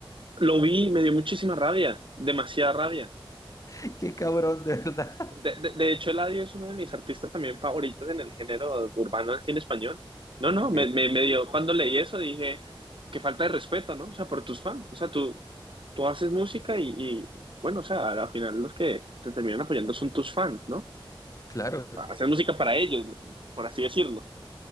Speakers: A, on the right; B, on the left.
A: Lo vi, y me dio muchísima rabia, demasiada rabia.
B: <laughs> ¡Qué cabrón, de verdad! <laughs>
A: De, de, de hecho, Eladio es uno de mis artistas también favoritos en el género urbano del cine español. No, no,
B: Ok,
A: me, me, me dio, cuando leí eso dije, qué falta de respeto, ¿no? O sea, por tus fans. O sea, tú, tú haces música y, y, bueno, o sea, al final los que te terminan apoyando son tus fans, ¿no?
B: claro,
A: Haces música para ellos, por así decirlo.